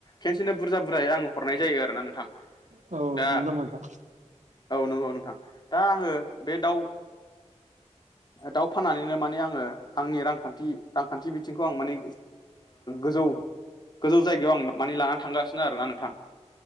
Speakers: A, on the left; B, on the right.
A: खेनसेनो बुरजा बुरजायै आङो हरनाय जायो आरोना नोंथां
B: औ
A: दा
B: नंगौ नामा नोंथां
A: औ नंगौ नोंथां दा आङो बे दाउ दाउ फाननानैनो माने आङो आंनि रांखानथि रांखानथि बिथिंखौ आं माने गोजौ गोजौ जायगायाव आं माने लाना थांगासिनो आरोना नोंथां